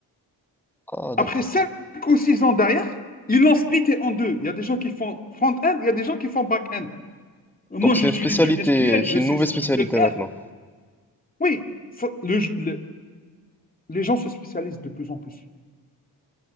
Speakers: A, in the centre; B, on the left (about 20°).
A: Ah, d'accord.
B: Après cinq ou six ans derrière, ils l'ont splitté en deux. Il y a des gens qui font front-end, il y a des gens qui font back-end. Moi,
A: Donc
B: j'utilise
A: c'est une spécialité,
B: du SQL,
A: c'est
B: je
A: une
B: sais,
A: nouvelle
B: je
A: spécialité
B: sais le faire.
A: maintenant.
B: Oui, ça- le- le- les gens se spécialisent de plus en plus.